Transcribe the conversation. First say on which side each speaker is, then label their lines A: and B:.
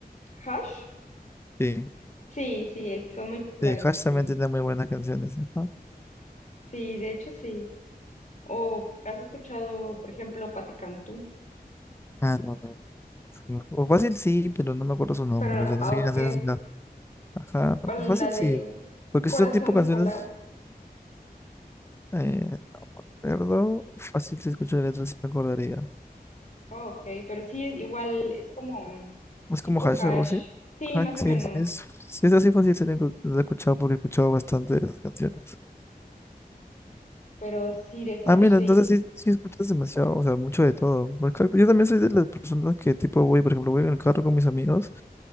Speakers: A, on the left; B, on the left.
A: Hash.
B: Sí,
A: Sí, sí, eh, son muy populares
B: sí, Hash
A: aquí.
B: también tiene muy buenas canciones. Ajá.
A: Sí, de hecho sí. O has escuchado, por ejemplo, Patti Cantú,
B: Ah, no, no. O fácil sí, pero no me acuerdo su nombre.
A: pero ah,
B: O sea, no
A: ah,
B: sé qué
A: ok,
B: canciones. son Ajá,
A: pa- la
B: fácil
A: de
B: sí. Porque
A: Corazón
B: si son tipo
A: Bipolar.
B: canciones, eh, recuerdo, fácil si escucho la letra sí me acordaría.
A: Ah, ok, pero sí, igual es como
B: Es como
A: tipo
B: Hash,
A: hash.
B: algo así.
A: Sí,
B: Ajá,
A: más
B: sí,
A: o menos,
B: sí, es, sí es así fácil sí la escu- la he escuchado porque he escuchado bastantes canciones.
A: pero sí de hash,
B: Ah, mira,
A: sí.
B: entonces sí, sí escuchas demasiado, o sea, mucho de todo. Pues claro, Yo también soy de las personas que tipo voy, por ejemplo, voy en el carro con mis amigos